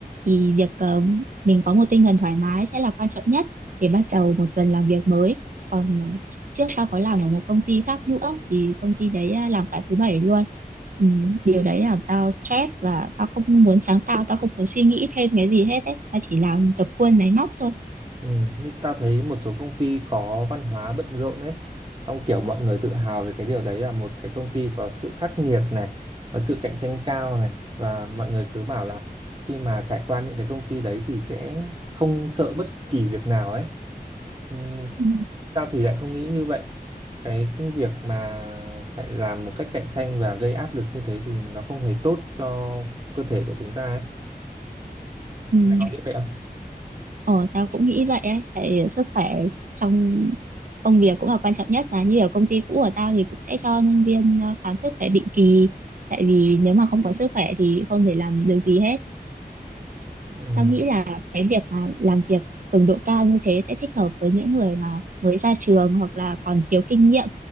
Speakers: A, on the right; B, on the right.
A: thì việc ờ, mình có một tinh thần thoải mái sẽ là quan trọng nhất để bắt đầu một tuần làm việc mới còn ờ, trước tao có làm ở một công ty khác nữa thì công ty đấy ờ, làm cả thứ bảy luôn ừ, điều đấy làm tao stress và tao không muốn sáng tạo tao không muốn suy nghĩ thêm cái gì hết ấy tao chỉ làm dập khuôn máy móc thôi
B: Ừ, như tao thấy một số công ty có văn hóa bận rộn ấy, xong kiểu mọi người tự hào về cái điều đấy là một cái công ty có sự khắc nghiệt này, có sự cạnh tranh cao này và mọi người cứ bảo là khi mà trải qua những cái công ty đấy thì sẽ không sợ bất kỳ việc nào ấy. Ừ,
A: ừ.
B: tao thì lại không nghĩ như vậy. Cái việc mà phải làm một cách cạnh tranh và gây áp lực như thế thì nó không hề tốt cho cơ thể của chúng ta ấy.
A: Ừ.
B: Mày có nghĩ vậy không?
A: Ờ, tao cũng nghĩ vậy ấy, tại sức khỏe trong công việc cũng là quan trọng nhất là như ở công ty cũ của tao thì cũng sẽ cho nhân viên ờ, khám sức khỏe định kỳ tại vì nếu mà không có sức khỏe thì không thể làm được gì hết
B: Ừ,
A: tao nghĩ là cái việc mà làm việc cường độ cao như thế sẽ thích hợp với những người mà mới ra trường hoặc là còn thiếu kinh nghiệm